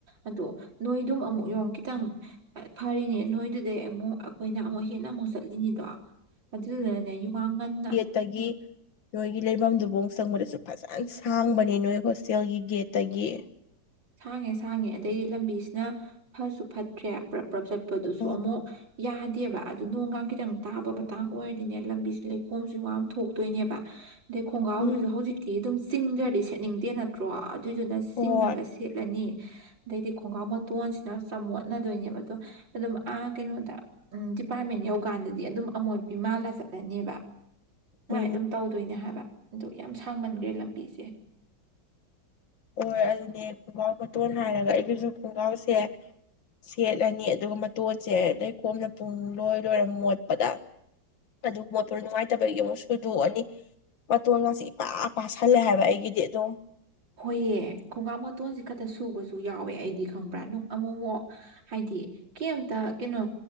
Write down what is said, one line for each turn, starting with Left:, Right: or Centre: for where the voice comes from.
Right: ꯑꯗꯣ ꯅꯣꯏꯗꯨꯝ ꯑꯃꯨꯛ ꯌꫭꯡ ꯈꯤꯇꯪ ꯑ ꯐꯔꯤꯅꯦ ꯅꯣꯏꯗꯨꯗꯩ ꯑꯃꯨꯛ ꯑꯈꯣꯏꯅ ꯑꯃꯨꯛ ꯍꯦꯟꯅ ꯑꯃꯨꯛ ꯆꯠꯂꯤꯅꯤꯗꯣ ꯑꯗꯨꯗꯨꯅꯅꯦ ꯌꯨꯋꯥꯡ ꯉꯟꯅ
Left: ꯇꯒꯤ ꯅꯣꯏꯒꯤ ꯂꯩꯕꯝꯗꯨꯕꯧ ꯆꯪꯕꯗꯁꯨ ꯐꯖꯅ ꯁꯥꯡꯕꯅꯦ ꯅꯣꯏ ꯍꯣꯁꯇꯦꯜꯒꯤ ꯒꯦꯠꯇꯒꯤ
Right: ꯁꯥꯡꯉꯦ ꯁꯥꯡꯉꯦ ꯑꯗꯒꯤ ꯂꯝꯕꯤꯁꯤꯅ ꯐꯠꯁꯨ ꯐꯠꯇ꯭ꯔꯦ ꯄ꯭ꯔꯞ ꯄ꯭ꯔꯞ ꯆꯠꯄꯗꯨꯁꯨ
Left: ꯎꯝ
Right: ꯑꯃꯨꯛ ꯌꯥꯗꯦꯕ ꯑꯗꯨ ꯅꯣꯡꯒꯥꯡ ꯈꯤꯇꯪ ꯇꯥꯕ ꯃꯇꯥꯡ ꯑꯣꯏꯔꯗꯤꯅꯦ ꯂꯝꯕꯤꯁꯦ ꯂꯩꯈꯣꯝꯁꯨ ꯌꯥꯝ ꯊꯣꯛꯇꯣꯏꯅꯦꯕ ꯑꯗꯩ ꯈꯣꯡꯒꯥꯎꯖꯤꯖꯨ
Left: ꯎꯝ
Right: ꯍꯧꯖꯤꯛꯇꯤ ꯑꯗꯨꯝ ꯆꯤꯡꯗ꯭ꯔꯗꯤ ꯁꯦꯠꯅꯤꯡꯗꯦ ꯅꯠꯇ꯭ꯔꯣ ꯑꯗꯨꯏꯗꯨꯅ ꯆꯤꯡꯉꯒ
Left: ꯍꯣꯏ
Right: ꯁ ꯁꯦꯠꯂꯅꯤ ꯑꯗꯩꯗꯤ ꯈꯣꯡꯒ꯭ꯔꯥꯎ ꯃꯇꯣꯟꯁꯤꯅ ꯆꯝ ꯃꯣꯠꯅꯗꯣꯏꯅꯦꯕ ꯑꯗꯣ ꯑꯗꯨꯝ ꯑꯥ ꯀꯩꯅꯣꯗ ꯎꯝ ꯗꯤꯄꯥꯔꯠꯃꯦꯟ ꯌꯧꯀꯥꯟꯗꯗꯤ ꯑꯗꯨꯝ ꯑꯃꯣꯠꯄꯤ ꯃꯥꯜꯂ ꯆꯠꯂꯅꯦꯕ ꯁꯨꯝꯃꯥꯏ
Left: ꯎꯝ
Right: ꯑꯗꯨꯝ ꯇꯧꯗꯣꯏꯅꯦ ꯍꯥꯏꯕ ꯑꯗꯨ ꯌꯥꯝ ꯁꯥꯡꯃꯟꯈ꯭ꯔꯦ ꯂꯝꯕꯤꯁꯦ
Left: ꯍꯣꯏ ꯑꯗꯨꯅꯦ ꯈꯣꯡꯒ꯭ꯔꯥꯎ ꯃꯇꯣꯟ ꯍꯥꯏꯔꯒ ꯑꯩꯒꯤꯁꯨ ꯈꯣꯡꯒ꯭ꯔꯥꯎꯁꯦ ꯁꯦꯠꯂꯅꯤ ꯑꯗꯨꯒ ꯃꯇꯣꯟꯁꯦ ꯂꯩꯈꯣꯝꯅ ꯄꯨꯡ ꯂꯣꯏ ꯂꯣꯏꯔꯦ ꯃꯣꯠꯄꯗꯥ ꯑꯗꯨ ꯃꯣꯠꯄꯗꯨ ꯅꯨꯡꯉꯥꯏꯇꯕꯒꯤ ꯑꯃꯨꯛ ꯁꯨꯗꯣꯛꯑꯅꯤ ꯃꯇꯣꯟ ꯒꯁꯤ ꯏꯄꯥ ꯄꯥꯥꯁꯜꯂꯦ ꯍꯥꯏꯕ ꯑꯩꯒꯤꯗꯤ ꯑꯗꯨꯝ
Right: ꯍꯣꯏꯌꯦ ꯈꯣꯡꯒꯥꯎ ꯃꯇꯣꯟꯁꯤ ꯈꯛꯇ ꯁꯨꯕꯁꯨ ꯌꯥꯎꯋꯦ ꯑꯩꯗꯤ ꯈꯪꯕ꯭ꯔꯥ ꯑꯃꯨꯛꯃꯨꯛ ꯍꯥꯏꯗꯤ ꯀꯦꯝꯇ ꯀꯩꯅꯣ